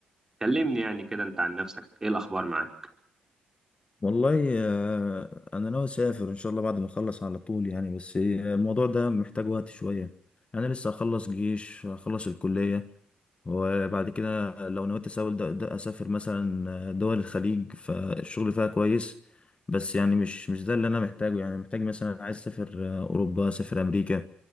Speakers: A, on the right; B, on the left.
A: كلمني يعني كده انت عن نفسك ايه الاخبار معاك
B: والله آه، انا ناوي اسافر ان شاء الله بعد ما اخلص على طول يعني بس الموضوع ده محتاج وقت شويه انا لسه هخلص جيش هخلص الكليه وبعد كده لو نويت اسافر ده ده اسافر مثلا آه، دول الخليج فالشغل فيها كويس بس يعني مش مش ده اللي انا محتاجه يعني محتاج مثلا عايز اسافر آه، اوروبا اسافر امريكا